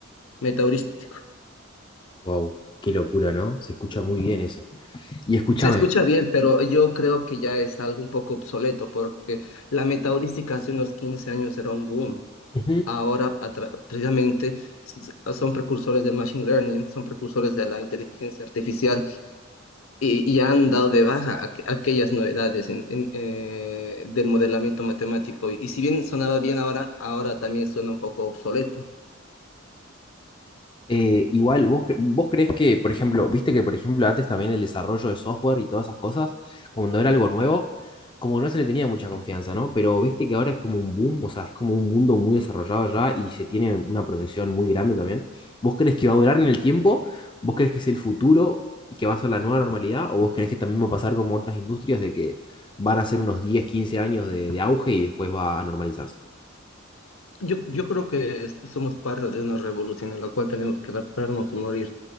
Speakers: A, on the left; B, on the left.
A: metaheurístico.
B: Wow, qué locura, ¿no? Se escucha muy bien eso. Y escúchame.
A: Se escucha bien, pero yo creo que ya es algo un poco obsoleto porque la metaheurística hace unos 15 años era un boom.
B: ujú.
A: ahora a precisamente s- son precursores del machine learning, son precursores de la inteligencia artificial y, y han dado de baja aqu- aquellas novedades en- en, eh, del modelamiento matemático. Y, si bien sonaba bien ahora, ahora también suena un poco obsoleto.
B: Eh, igual, ¿vos, cre- vos crees que, por ejemplo, viste que, por ejemplo, antes también el desarrollo de software y todas esas cosas, cuando era algo nuevo, como no se le tenía mucha confianza, ¿no? Pero viste que ahora es como un boom, o sea, es como un mundo muy desarrollado ya y se tiene una proyección muy grande también. ¿Vos crees que va a durar en el tiempo? ¿Vos crees que es el futuro y que va a ser la nueva normalidad? ¿O vos crees que también va a pasar como otras industrias de que van a ser unos 10 15 años de, de auge y después va a normalizarse?
A: Yo, yo creo que es- somos parte de una revolución en la cual tenemos que adaptarnos y morir.